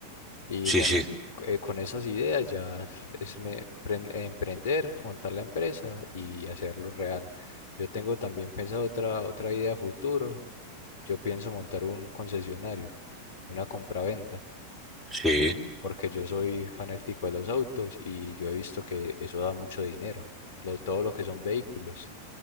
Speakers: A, on the left (about 55°); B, in the centre.
A: Y
B: sí,
A: bueno,
B: sí,
A: co- eh, con esas ideas ya es me- pren- emprender, montar la empresa y hacerlo real. Yo tengo también pensado otra, otra idea a futuro. Yo pienso montar un concesionario, una compraventa.
B: sí,
A: porque yo soy fanático de los autos y yo he visto que eso da mucho dinero, lo- todo lo que son vehículos.